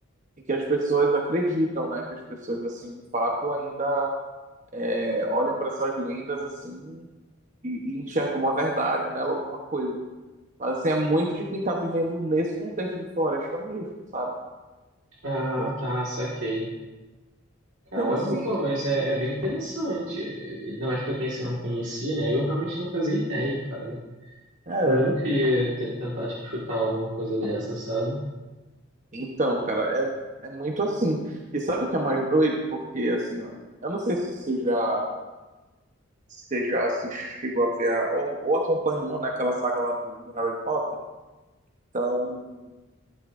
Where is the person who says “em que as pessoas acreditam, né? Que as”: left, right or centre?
Right